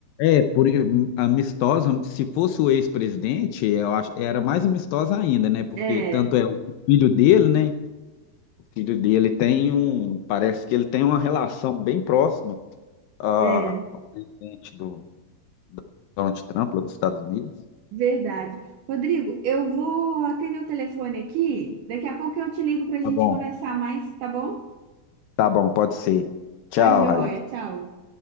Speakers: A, on the left (about 75°); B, on the right (about 75°).
A: é, por, amistosa, se fosse o ex-presidente, eu acho, era mais amistosa ainda, né? Porque
B: É,
A: tanto é o filho dele, né? O filho dele tem um, parece que ele tem uma relação bem próxima ah,
B: é,
A: ao presidente do Donald Trump, lá dos Estados Unidos.
B: verdade. Rodrigo, eu vou atender o telefone aqui, daqui a pouco eu te ligo para a gente
A: Tá bom.
B: conversar mais, tá bom?
A: Tá bom, pode ser. Tchau,
B: Tá joia,
A: Raíssa.
B: tchau.